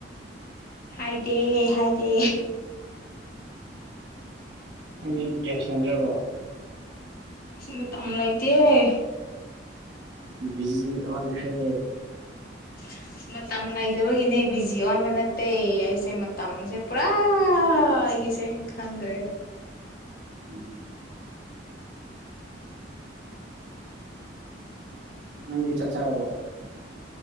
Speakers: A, on the left; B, on the right.
A: ꯍꯥꯏꯗꯦ ꯍꯥꯏꯗꯦ
B: ꯅꯪꯗꯤ ꯒꯦꯝ ꯁꯥꯟꯅꯗ꯭ꯔꯕꯣ
A: ꯑꯁ ꯃꯇꯥꯝ ꯂꯩꯇꯦꯌꯦ
B: ꯕꯤꯖꯤ ꯑꯣꯟꯈ꯭ꯔꯦ
A: ꯑ <unintelligible> ꯃꯇꯝ ꯂꯩꯇꯕꯒꯤꯅꯦ ꯕꯤꯖꯤ ꯑꯣꯟꯕ ꯅꯠꯇꯦ ꯑꯩꯁꯦ ꯃꯇꯝꯁꯦ ꯄꯨꯔꯥ ꯑꯩꯒꯤꯁꯦ ꯈꯪꯗ꯭ꯔꯦ
B: ꯎꯝ ꯅꯪꯗꯤ ꯆꯥꯛ ꯆꯔꯕꯣ